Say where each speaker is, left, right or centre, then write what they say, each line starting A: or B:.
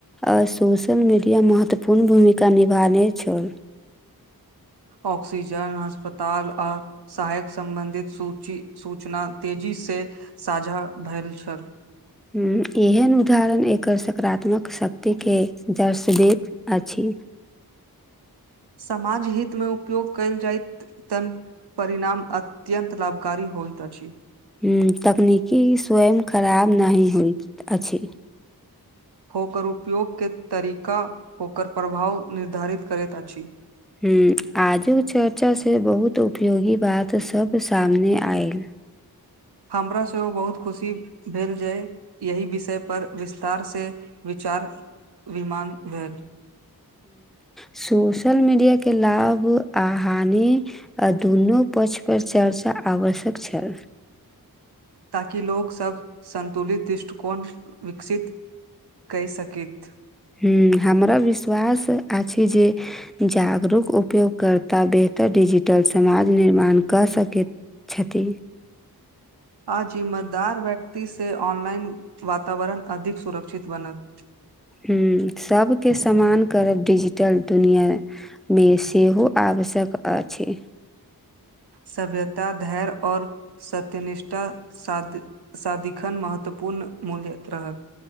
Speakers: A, in the centre; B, on the right (about 85°).
A: आ सोशल मीडिया महत्वपूर्ण भूमिका निभाने छौ
B: ऑक्सीजन अस्पताल आ सहायक सम्बन्धित सूची सूचना तेजी से साझा भेल छल
A: हूंम्म एहन उदाहरण एकर सकारात्मक शक्तिके जर्श देत अछि।
B: समाज हित मे उपयोग कयल जाइत तन परिणाम अत्यन्त लाभकारी होइत अछि।
A: हूँ तकनीकी स्वयं खराब नहि होइत अछि
B: ओकर उपयोगकेँ तरीका ओकर प्रभाव निर्धारित करैत अछि।
A: ह्म आजुक चर्चासँ बहुत उपयोगी बात सभ सामने आयल
B: हमरा सेहो बहुत खुशी भेलऽ जेय यहि विषय पर विस्तार से विचार विमान भेल
A: सोशल मीडिया के लाभ आ हानि आ दुनू पक्ष पर चर्चा आवश्यक छै
B: ताकि लोको सभ संन्तुलित दृष्टिकोण विकसित कै सकैत।
A: हु, हमरा विश्वास अछि जे जागरूक उपयोगकर्ता बेहतर डिजिटल समाज निर्माण कऽ सकैत क्षति।
B: आ जिम्मेदार व्यक्ति सँ ऑनलाइन वातावरण अधिक सुरक्षित बनत
A: हूँ सभकेँ सम्मान करब डिजिटल दुनिआँ। मे सेहो आवश्यक अछि।
B: सभ्यता धैर्य और सत्य निष्ठा साद सदिखन महत्वपूर्ण मूल्य रहत